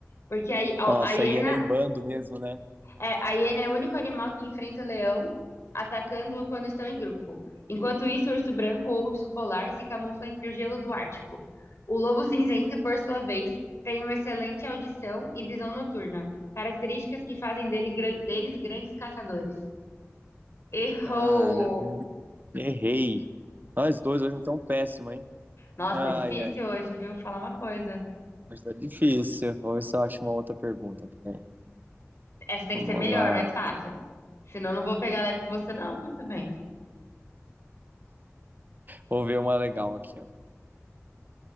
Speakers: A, on the left; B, on the right.
A: Porque a, hi- a,
B: Nossa,
A: a hiena
B: ia nem bando mesmo, né?
A: É, a hiena é o único animal que enfrenta o leão, atacando-o quando estão em grupo. Enquanto isso, o urso branco ou urso polar se camufla entre o gelo do Ártico. O lobo cinzento, por sua vez, tem uma excelente audição e visão noturna, características que fazem dele gran- deles grandes caçadores. Errou!
B: Caramba, errei. Nós dois hoje não tão péssimo, hein?
A: Nossa,
B: Ai,
A: tá difícil
B: ai.
A: hoje, viu? Falar uma coisa.
B: Mas tá difícil. Vou ver se eu acho uma outra pergunta. Pera aí.
A: Essa tem
B: Vamos
A: que ser melhor,
B: lá.
A: mais fácil. Senão eu não vou pegar leve com você, não, viu, também.
B: Vou ver uma legal aqui, ó.